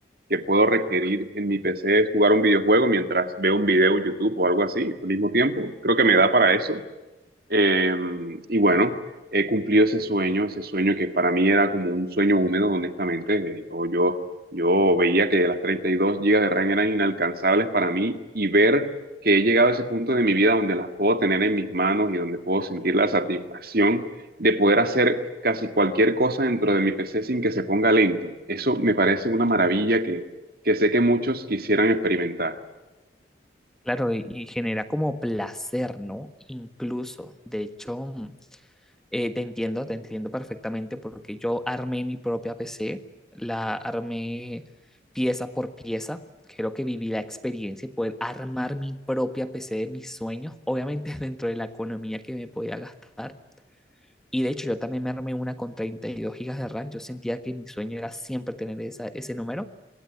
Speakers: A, on the right; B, in the centre.
A: que puedo requerir en mi PC es jugar un videojuego mientras veo un video en YouTube o algo así al mismo tiempo. Creo que me da para eso. Eh, y bueno, he cumplido ese sueño, ese sueño que para mí era como un sueño húmedo, honestamente. Eh, Yo, yo, yo veía que las 32 gigas de RAM eran inalcanzables para mí y ver que he llegado a ese punto de mi vida donde las puedo tener en mis manos y donde puedo sentir la satisfacción de poder hacer casi cualquier cosa dentro de mi PC sin que se ponga lento. Eso me parece una maravilla que, que sé que muchos quisieran experimentar.
B: Claro, y, y genera como placer, ¿no? Incluso, de hecho, mm, eh, te entiendo, te entiendo perfectamente porque yo armé mi propia PC, la armé pieza por pieza, creo que viví la experiencia y poder armar mi propia PC de mis sueños, obviamente <laughs> dentro de la economía que me podía gastar. Y de hecho, yo también me armé una con 32 gigas de RAM, yo sentía que mi sueño era siempre tener esa, ese número.